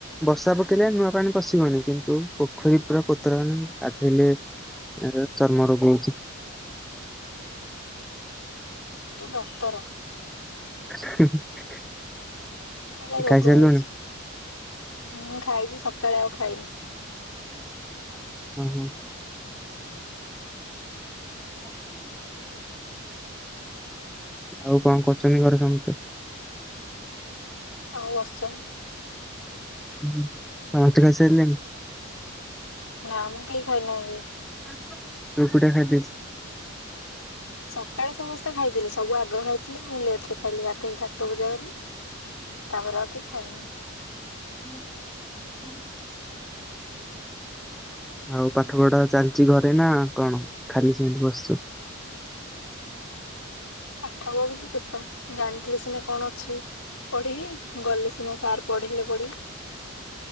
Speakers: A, in the centre; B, on the left.
A: ବର୍ଷା ପକେଇଲେ ନୂଆ ପାଣି ପଶିବନି କିନ୍ତୁ ପୋଖରୀ ପୁରା କତୋରା ହେଲା ଣି ଗାଧଇଲେ ଏ ଚର୍ମ ରୋଗ ହଉଛି।
B: ତୁ ଡକ୍ଟର।
A: <unintelligible>
B: ଖା ରୋଗ
A: ଖାଇସାରିଲୁଣି?
B: ହଉଛିଁ ଖାଇଛି ସକାଳେ ଆଉ ଖାଇନି।
A: ହଁ ହଁ। ହ ହୁଁ। ଆଉ କଣ କରୁଛନ୍ତି ଘରେ ସମସ୍ତେ?
B: ଆଉ ବସିଛନ୍ତି।
A: ହୁଁ ସମସ୍ତେ ଖାଇ ସାରିଲେଣି।
B: ନା ମଁ କେହି ଖାଇନାହାନ୍ତି।
A: <unintelligible>
B: ସକାଳେ ସମସ୍ତେ ଖାଇଥିଲେ ସବୁ ଆଗ ଖାଇଥିଲେ ମୁଁ ଲେଟ ରେ ଖାଇଲି ଗାଧୋଇକି ଠାକୁର ପୂଜା କରି। ତାପରେ ଆଉ କିଛି ଖାଇନାହିଁ।
A: ହୁଁ ହୁଁ। ଆଉ ପାଠ ପଢା ଚାଲିଛି ଘରେ ନା କଣ ଖାଲି ସେମିତି ବସିଛୁ?
B: ପାଠ ପଢୁଛି ଚୋପା ଜାଣିଥିଲେ ସିନା କଣ ଅଛି? ପଢିବି ଗଲେ ସିନା ସାର୍ ପଢିଲେ ପଢିବି।